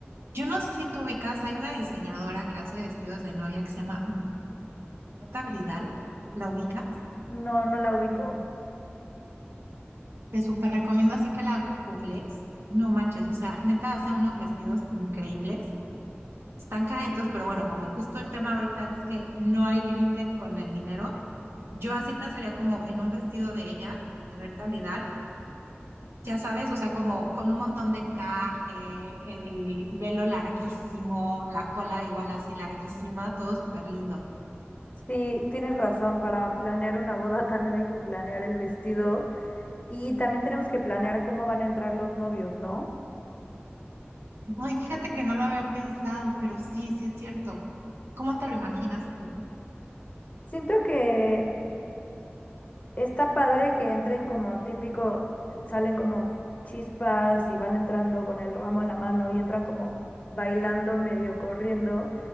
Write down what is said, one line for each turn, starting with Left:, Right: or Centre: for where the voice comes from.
Right: Yo no sé si tú ubicas, hay una diseñadora que hace vestidos de novia que se llama Marta Bridal, ¿la ubicas?
Left: No, no la ubico.
Right: Te súper recomiendo así que la googles. No manches, o sea, neta hace unos vestidos increíbles. Están caritos, pero bueno, como justo el tema ahorita es que no hay límite con el dinero, yo así pensaría como en un vestido de ella, de Berta Bridal, ya sabes, o sea, como con un montón de encaje, el velo larguísimo, la cola igual así larguísima, todo súper lindo.
Left: Sí, tienes razón, para planear una boda <laughs> también hay que planear el vestido y también tenemos que planear cómo van a entrar los novios, ¿no?
Right: No, y fíjate que no lo había pensado, pero sí, sí es cierto. ¿Cómo te lo imaginas tú?
Left: Siento que Está padre que entren como típico, eh, salen como chispas y van entrando con el ramo en la mano y entran como bailando, medio corriendo,